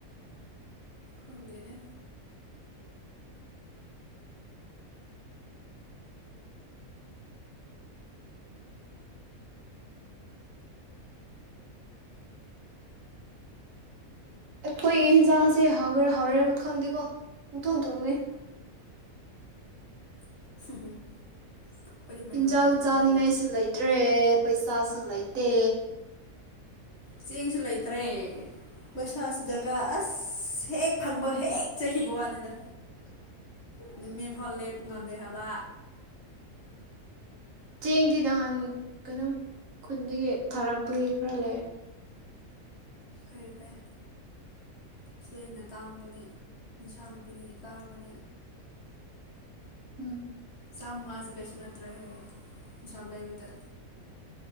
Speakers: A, on the left; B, on the right.
A: ꯈꯪꯗꯦꯅ
B: ꯑꯩꯈꯣꯏꯒꯤ ꯍꯤꯟꯖꯥꯡꯁꯦ ꯍꯥꯎꯒꯦꯔꯥ ꯍꯥꯎꯔꯦꯢꯔ ꯈꯪꯗꯦꯀꯣ ꯄꯨꯡꯊꯣꯡ ꯊꯣꯡꯂꯦ
A: <inaudible>
B: ꯍꯤꯟꯖꯥꯡ
A: ꯊꯦꯡꯅꯩ
B: ꯆꯥꯅꯤꯡꯉꯥꯏꯁꯨ
A: ꯃꯥꯏꯔꯦꯟ
B: ꯂꯩꯇ꯭ꯔꯦ ꯄꯩꯁꯥꯁꯨ ꯂꯩꯇꯦ
A: ꯆꯦꯡꯁꯨ ꯂꯩꯇꯔꯦ ꯄꯩꯁꯥꯁꯨ ꯗꯔꯀꯥꯔ ꯑꯁ ꯑꯁ ꯍꯦꯛ ꯐꯪꯕ ꯍꯦꯛ ꯆꯠꯈꯤꯕ ꯋꯥꯅꯤꯗ ꯅꯨ ꯃꯤ ꯐꯜ ꯂꯦꯞ ꯉꯝꯗꯦ ꯍꯥꯏꯕ
B: ꯆꯦꯡꯗꯤ ꯅꯍꯥꯟ ꯀꯩꯅꯣꯝ ꯈꯨꯟꯗꯒꯤ ꯊꯥꯔꯛꯄꯒꯤ ꯈꯔ ꯂꯩ
A: ꯐꯩ ꯐꯩ ꯆꯦꯡꯅ ꯇꯥꯡꯕꯅꯦ ꯏꯟꯁꯥꯡ ꯅꯥꯄꯤꯅ ꯇꯥꯡꯕꯅꯦ
B: ꯎꯝ
A: ꯆꯥꯝꯃꯉꯥꯁꯦ ꯀꯩꯁꯨ ꯅꯠꯇ꯭ꯔꯦꯍꯦ ꯌꯦꯟꯁꯥꯡ ꯂꯩꯕꯗ